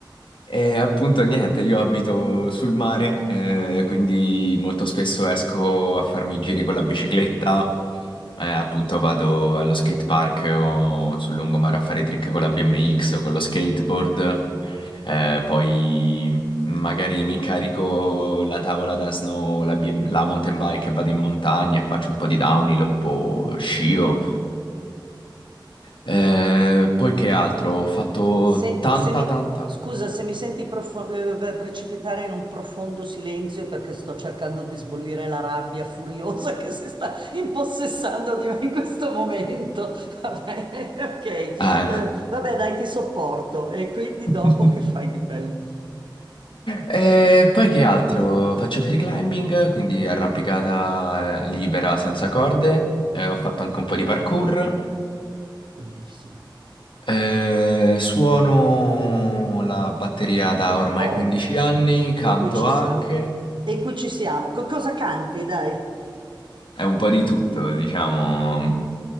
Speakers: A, on the left; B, on the right.
A: E appunto niente, io abito sul mare, eh, quindi molto spesso esco a farmi i giri con la bicicletta, eh, appunto vado allo skate park o sul lungomare a fare trick con la BMX o con lo skateboard, eh, poi magari mi carico la tavola da snow, la, BM la mountain bike e vado in montagna e faccio un po' di downhill o scio. Eh, poi che altro? Ho fatto
B: Senti,
A: tanta,
B: se mi,
A: tanta...
B: scusa se mi senti profo- eh, beh, precipitare in un profondo silenzio è perché sto cercando di sbollire la rabbia furiosa che si sta impossessando di me in questo momento. Vabbè, <laughs> ok. Eh,
A: Eh.
B: vabbè, dai, ti sopporto. E quindi
A: <laughs>
B: dopo che fai di bello?
A: E poi che altro? Faccio free climbing, quindi arrampicata libera senza corde.
B: Eh,
A: Eh, ho fatto anche un po' di parkour.
B: bellissimo.
A: Eh, suono la batteria da ormai
B: Oh,
A: 15 anni, canto
B: e qui ci
A: anche.
B: siamo. E qui ci siamo. Co- cosa canti, dai?
A: È un po' di tutto, diciamo.